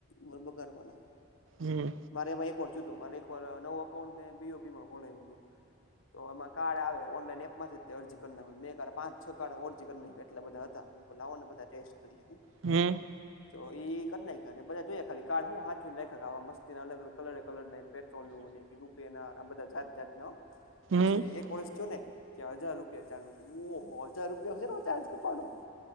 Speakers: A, on the left; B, on the right.
A: વર વગારવાના.
B: હમ
A: મારે એવા એક વાર થયું તું, મારે એક વાર નવું અકાઉન્ટ મેં બી ઓ બીમાં ખોલાઇવુ તું. તો એમાં કાર્ડ આવે ઓનલાઈન એપમાંથી અરજી કર નાખ, મે કારડ પાંચ છ કાર્ડ અરજી કરી નાઇખા એટલા બધા હતા. મુકો લાવોને બધા ટેસ્ટ કરીએ હું?
B: હમ્મ.
A: તો ઈ કર નાઈખા ને બધા જોયા ખાલી કાર હું સાંચવીને રાઈખા તા આવા મસ્તી ના અલગ અલગ કલર એ કલર ને પેટ્રોલ નું ને રૂપિયા ના આ બધા જાત જાતના હો, પછી
B: હમ
A: એક વર્ષ થયું ને ત્યાં હજાર રૂપિયા ચાલ ઓ હો હજાર રૂપિયા હશે ચાજ કપાણો?